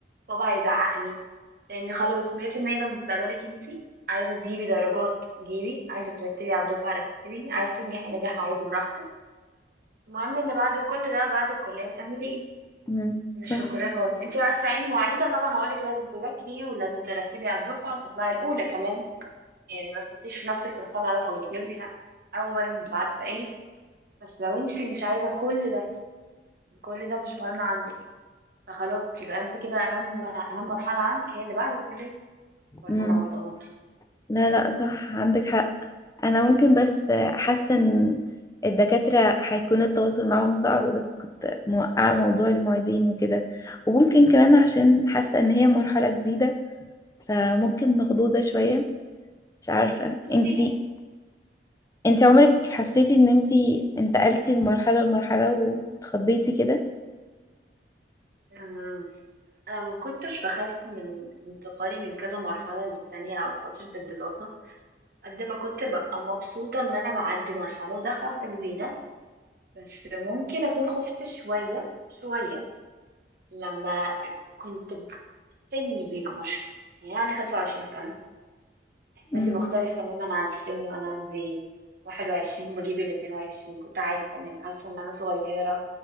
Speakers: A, on the right; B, on the left.
A: بابا هيزعقني لان خلاص 100% ده مستقبلك انتي عايزه تجيبي درجات جيبي عايزه ترتبي على الدفعه رتبي عايزه تنجحي نجاح عادي براحتك المهم ان بعد كل ده بعد الكليه هتعملي ايه
B: امم
A: مش
B: صح
A: في الكليه خالص انتي لو عايزه تعيني معيده طبعا هقولك لازم تذاكري ولازم ترتبي على الدفعه وتطلعي الاولى كمان يعني ما تحطيش في نفسك في الخانه رقم اتنين لا، اول مش عارفه ايه بس لو انتي مش عايزه كل ده كل ده مش مهم عندك فخلاص يبقى انت كده اهم اهم مرحله عندك هي اللي بعد الكليه ولا
B: امم
A: انا غلطانه
B: لا لا صح عندك حق انا ممكن بس حاسه ان الدكاتره هيكون التواصل معاهم صعب بس كنت موقعه موضوع المعيدين وكده وممكن كمان عشان حاسه ان هي مرحله جديده فممكن مخضوضه شويه مش عارفه
A: بصي
B: انتي انتي عمرك حسيتي ان انتي انتقلتي من مرحله لمرحله واتخضيتي كده
A: آه، انا ما كنتش بخاف من انتقالي من كذا مرحله للتانية او فتره الدراسه قد ما كنت ببقى مبسوطه ان انا بعدي مرحله وداخله واحده جديده بس ممكن اكون خفت شويه شويه لما كنت سني بيكبر يعني أنا عندي 25 سنه احساسي
B: امم
A: مختلف تماما عن سني وانا عندي 21 وبجيب ال 22 كنت عادي تمام حاسه ان انا صغيره